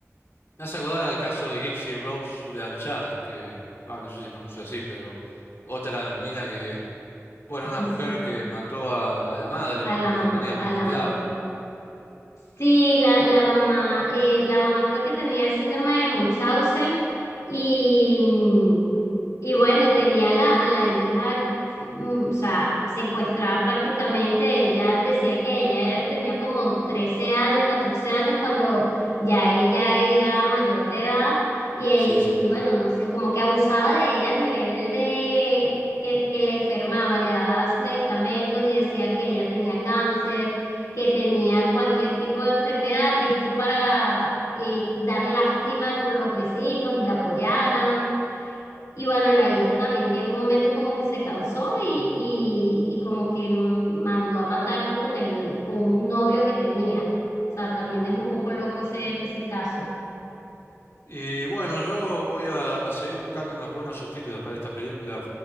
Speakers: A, on the left; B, on the left.
A: Me hace acordar al caso de Gypsy Rose Blanchard, que, ah, no sé si se pronuncia así, pero otra mina que, bueno,
B: <laughs>
A: una
B: Eso,
A: mujer que mató a, a la madre
B: a
A: porque
B: la mamá,
A: la tenían
B: a
A: como
B: la
A: esclave.
B: mamá. Sí, la, la mamá, eh, la mamá creo que tenía el síndrome de Munchausen y, mm, y bueno, y tenía la, a la hija, mm, o sea, secuestrada prácticamente. Ella decía que ella era- tenía como 13 años, 14 años, cuando ya ella era mayor de edad. Y, e,
A: Sí, sí.
B: y bueno, no sé, como que abusaba de ella a nivel de que, que le enfermaba, le daba medicamentos y decía que ella tenía cáncer, que tenía cualquier tipo de enfermedad. Esto para eh, dar lástima con los vecinos y la apoyaran. Y bueno, la hija también llegó un momento como que se cansó y, y, y como que mm, mandó a matarlo con el, con un novio que tenía. O sea, también es un poco loco ese, ese caso.
A: Y bueno, yo voy a, a seguir buscando unos buenos subtítulos para esta película,